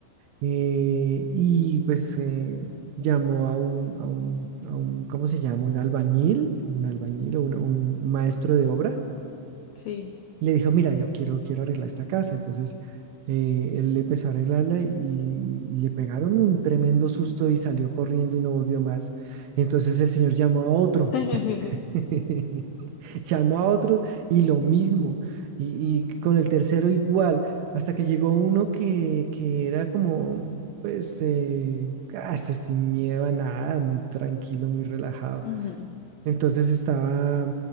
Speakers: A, on the right; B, on the left.
A: eh, y pues eh, llamó a un, a un, a un, ¿cómo se llama? Un albañil, un albañil, un, un maestro de obra.
B: sí.
A: Le dijo, mira, yo quiero, quiero arreglar esta casa. Entonces, eh, él empezó a arreglarla y, y le pegaron un tremendo susto y salió corriendo y no volvió más. Entonces el señor llamó a otro.
B: <laughs>
A: <laughs> <laughs> llamó a otro y lo mismo, y, y con el tercero igual, hasta que llegó uno que, que era como, pues, eh, casi sin miedo a nada, muy tranquilo, muy relajado.
B: Ujú.
A: Entonces estaba,